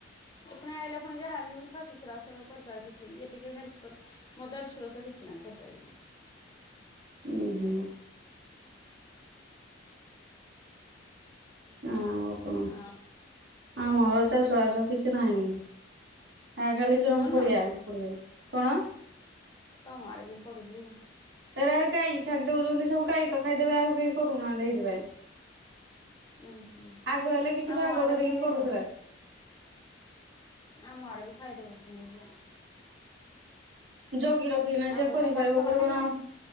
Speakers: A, on the left; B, on the right.
A: ଏ ପୁଣି ଆଇଲା ପୁଣି ଯାହା ହେଲେ ବି ମୋ ଶାଶୁଶଶୁର ଆଛି ନ୍ତି କରିପାରାନ୍ତି ଟିକେଇଏ ଟିକେଏ ହେଲ୍ପ କରେ। ମୋ ଦେଢଶୁର ସେ କିଛି କାମ କରିପାରିବିନି।
B: ହୁଁ ହୁଁ। ଆଉ କଣ
A: ଆଉ
B: ଆମର ଚାଷ ବାସ କିଛି ନାହିଁ। ଆ ଖାଲି
A: କିଛି
B: ଜମି
A: କରୁନ
B: ପଡିଆ ପଡିଛି କଣ?
A: ତମଆଡେ କି କରୁଛି କି?
B: ଏରା ଗାଈ ଛାଡି ଦଉଛନ୍ତି ସବୁ ଗାଈ ତ ଖାଇଦେବେ ଆଉ କେହି କରୁନାହନ୍ତି ସେଇଥି ପାଇଁ।
A: ଉୁଁ ହୁଁ
B: ଆଗ ହେଲେ କିଛି
A: ଆମ
B: ଭାଗ
A: ଆଡେ
B: ଧରିକି
A: ବି ହେନ୍ତି ହେଇଯାଉଛି
B: କରୁଥିଲେ।
A: ଆମ ଆଡେ ବି ଖାଇ ଦଉଛନ୍ତି ଯେ।
B: ଜଗି ରଖିକି ନା
A: ଆମ୍ବ
B: ଯିଏ କରିପାରିବ
A: ତମ ଆଡେ ସଲାନା
B: କରିବ
A: କି
B: ନା
A: ନାହିଁ
B: ଆଉ